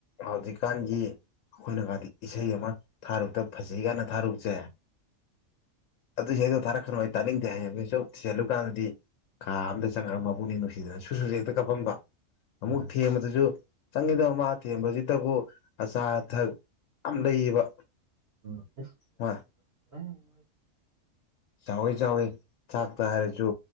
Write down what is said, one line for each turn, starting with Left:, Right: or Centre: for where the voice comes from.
Left: ꯍꯧꯖꯤꯛꯀꯥꯟꯒꯤ ꯑꯩꯈꯣꯏꯅ ꯀꯗꯤ ꯏꯁꯩ ꯑꯃ ꯊꯥꯔꯨꯕꯗ ꯐꯖꯩ ꯀꯥꯟꯅ ꯊꯥꯔꯨꯕꯁꯦ ꯑꯗꯨꯁꯨ ꯏꯁꯩꯗꯣ ꯊꯥꯔꯛꯀꯅꫭ ꯑꯩ ꯇꯥꯅꯤꯡꯗꯦ ꯍꯩꯅꯤꯡꯗꯦ ꯆꯠꯂꯨ ꯊꯤꯖꯤꯟꯂꯨ ꯀꯥꯟꯗꯗꯤ ꯀꯥ ꯑꯃꯗ ꯆꯪꯉꯛꯒ ꯃꯕꯨꯛꯅꯤꯡ ꯅꯨꯡꯁꯤꯗꯅ ꯁꯨꯠ ꯁꯨꯠ ꯍꯦꯛꯇ ꯀꯞꯄꯕ ꯑꯃꯨꯛ
Right: ꯑ
Left: ꯊꯦꯡꯕꯗ ꯁꯨ ꯆꯪꯉꯤꯗꯕ ꯃꯥ ꯊꯦꯝꯕꯁꯤꯗꯕꯨ ꯑꯆꯥ ꯑꯊꯛ ꯌꯥꯝ ꯂꯩꯌꯦꯕ
Right: ꯎꯝ ꯆꯦ
Left: ꯃꯥ
Right: <inaudible>
Left: ꯆꯥꯎꯋꯤ ꯆꯥꯎꯋꯤ ꯆꯥꯛꯇ ꯍꯥꯏꯔꯁꯨ